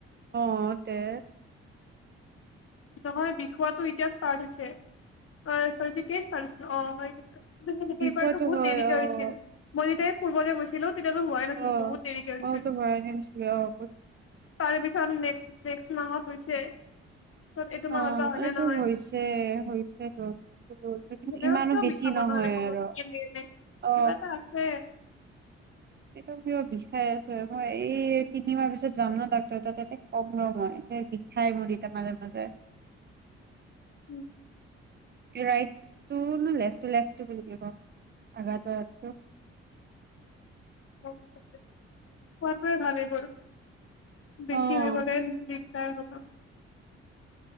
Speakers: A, on the right; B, on the left.
A: অ'! তে!
B: নহয় বিখুৱা টো এতিয়া ষ্টাৰ্ট হৈছে অঁ চৰী তেতিয়া এ ষ্টাৰ্ট হৈছিল অ'- হয়। কিন্তু সেই সেইবাৰতো
A: বিষয়টো
B: বহুত
A: হয়
B: দেৰিকে
A: অ
B: হৈছিল। মই যেতিয়া ফুৰবলে গৈছিলো ত তেতিয়াটো হোৱাই নাছিল।
A: অ',
B: বহুত দেৰিকে হৈছিল।
A: অ', তো ভৰাই দিছিলি অ',
B: তাৰেপিছত নেক্স মাহত হৈছে। পিছত এইটো
A: অ
B: মাহত বা হয়
A: এইটো
B: নে নহয়
A: হৈছে, হৈছেতো। হৈছে কিন্তু
B: হলেও
A: ইমানো
B: কিয়
A: বেছি
B: বিষাব
A: নহয়
B: নহ'লে কমৰখন
A: আৰু
B: এনে এনে কিবা
A: অ'!
B: এটা আছে
A: এইটো কিবা বিষাই আছে। মই এই তিনিমাহ পিছত যাম ন ডাক্তৰ তাত, তেতিয়া কম ৰ' মই। যে বিষাই মোৰ এতিয়া মাজে মাজে।
B: উম।
A: তে ৰাইট টো? নে লেফটো, লেফ্ট টো বুলি কবি ক ভাগাৰ ধৰা তো।
B: অ'। খোৱাৰ পৰা হোৱা নাই। কোৱা -- বেছি
A: অ',
B: হৈ বাবে বিষ <unintelligible>